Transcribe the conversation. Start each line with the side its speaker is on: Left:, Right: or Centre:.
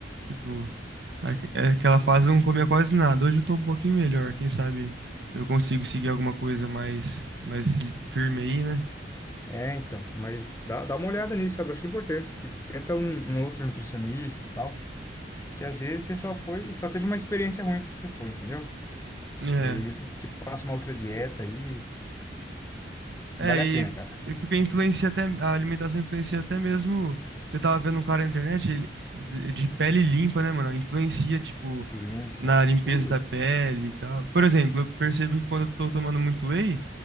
Right: Tipo, aque- é aquela fase eu não comia quase nada. Hoje eu tô um pouquinho melhor. Quem sabe eu consigo seguir alguma coisa mais, mais firme aí, né?
Left: É, então, mas dá, dá uma olhada nisso, sabe? Eu acho importante. Tipo, tenta um, um outro nutricionista e tal, que às vezes você só foi, só teve uma experiência ruim com o que você foi, entendeu?
Right: É.
Left: E aí ele te passa uma outra dieta aí,
Right: É,
Left: vale
Right: e,
Left: a pena, cara.
Right: e porque influencia até, a alimentação influencia até mesmo. Eu tava vendo um cara na internet, ele, de, de pele limpa, né, mano? Influencia, tipo,
Left: Sim, sim.
Right: na limpeza
Left: Tudo.
Right: da pele e tal. Por exemplo, eu percebo que quando eu tô tomando muito whey,